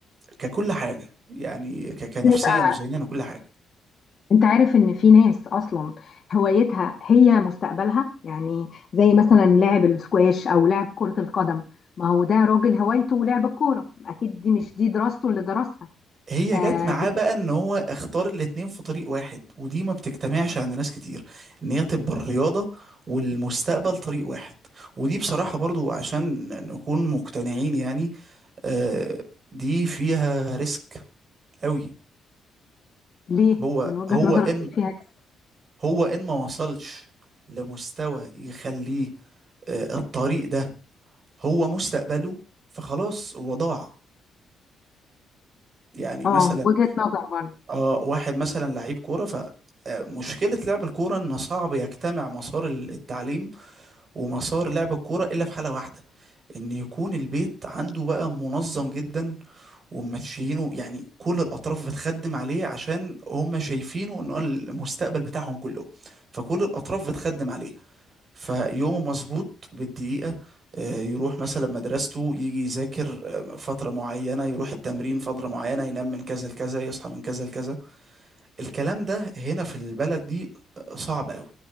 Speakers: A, on the right; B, on the left.
A: ككل حاجة يعني ك... كنفسيا
B: كده
A: وذهنيا وكل حاجة
B: انت عارف ان في ناس اصلا هوايتها هي مستقبلها يعني زي مثلا لاعب الاسكواش او لاعب كرة القدم ما هو ده راجل هوايته لعب الكورة اكيد دي مش دي دراسته اللي درسها
A: هي
B: آه
A: جت معاه
B: بت...
A: بقى ان هو اختار الاتنين في طريق واحد ودي ما بتجتمعش عند ناس كتير ان هي تبقى الرياضة والمستقبل طريق واحد ودي بصراحة برضو عشان نكون مقتنعين يعني آه دي فيها ريسك قوي
B: ليه
A: هو
B: من وجهة
A: هو
B: نظرك
A: ان
B: ليه فيها ريسك
A: هو ان ما وصلش لمستوى يخليه آه الطريق ده هو مستقبله فخلاص هو ضاع يعني مثلا
B: اه وجهة نظر برضه
A: اه واحد مثلا لعيب كورة ف آه، مشكلة لعب الكورة إن صعب يجتمع مسار ال- التعليم ومسار لعب الكورة إلا في حالة واحدة إن يكون البيت عنده بقى منظم جدا وماشيينه يعني كل الأطراف بتخدم عليه عشان هم شايفينه إن هو المستقبل بتاعهم كله فكل الأطراف بتخدم عليه فيومه مظبوط بالدقيقة آه، يروح مثلا مدرسته يجي يذاكر آه، فترة معينة يروح التمرين فترة معينة ينام من كذا لكذا يصحى من كذا لكذا الكلام ده هنا في البلد دي صعب قوي